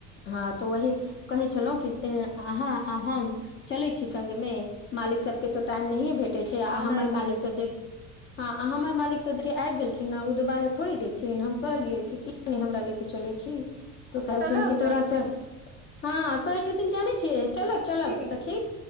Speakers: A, on the left; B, on the right.
A: हँ तऽ वही कहै छलहुँ कि जे अहाँ हम चले छी संग मे मालिक सबके तो टाइम नहिये भेट र
B: नहि भेटै
A: मालिक त
B: छै
A: ह हमर मालिक तऽ आबि गेलखिन थोड़ी जेथिन हम कहलियै कि किया नहि हमरा ले किच्छो छी त कहलखिन
B: चलब
A: कि तोरा
B: ने
A: च हँ कहै छथिन जानै छियै चलब चलब
B: की
A: सखी